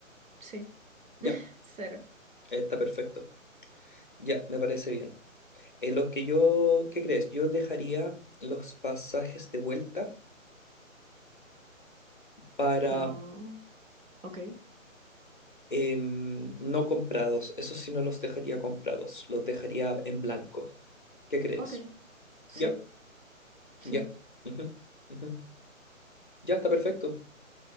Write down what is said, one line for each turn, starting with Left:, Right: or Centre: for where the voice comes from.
Right: sí, <laughs>
Left: Ya,
Right: cero.
Left: está perfecto. Ya, me parece bien. En los que yo, ¿qué crees? Yo dejaría los pasajes de vuelta para
Right: No, ok,
Left: em, no comprados. Eso sí, no los dejaría comprados. Los dejaría en blanco. ¿Qué crees?
Right: ok, sí,
Left: Ya,
Right: sí,
Left: ya. ujú, ujú. Ya está perfecto.